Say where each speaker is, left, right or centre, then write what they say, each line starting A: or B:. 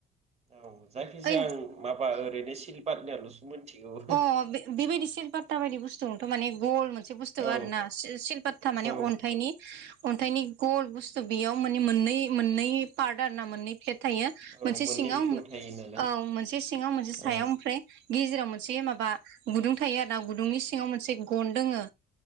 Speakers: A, on the right; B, on the right.
A: औ जायाखिजाया
B: ओइ
A: आं माबा ओरैनो सिलबारनियाल'सो मिथिगौ हम।
B: अ बे बेबायदि सिलपात्ता बायदि बुस्थुथ' माने गल मोनसे बुस्थु
A: औ
B: आरोना सिलपात्ता माने
A: औ
B: अन्थाइनि। अन्थाइनि गल बुस्थु बेयाव माने मोननै मोननै पारद ना मोननै पेट थायो
A: औ
B: मोनसे
A: मोननै
B: सिङाव
A: बिखुं थायो नालाय
B: औ मोनसे सिङाव मोनसे सायाव
A: औ
B: ओमफ्राय गेजेराव मोनसे थाय मोनसे माबा गुदुं थायो आर ना गुदुंनि सिङाव मोनसे गन दोङो